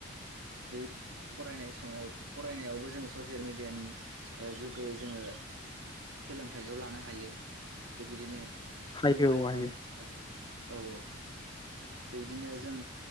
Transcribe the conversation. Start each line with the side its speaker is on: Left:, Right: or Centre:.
Right: बेबायदिनो फरायनाय समाव फरायनायावबो जों ससियेल मेडियानि ओ जुगै जोङो सोलोंथाइखौ लानो हायो। बेबायदिनो
Left: हायो
Right: मबाइल
Left: औ हायो
Right: फन औ औ बिबादिनो जों